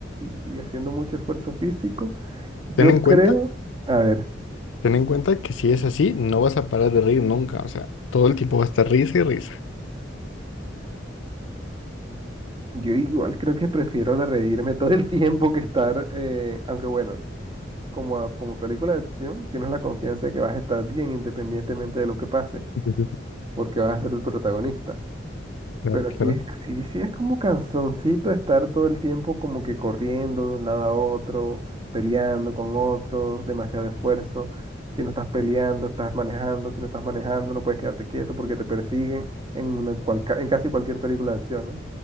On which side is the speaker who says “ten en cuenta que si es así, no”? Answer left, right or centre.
Left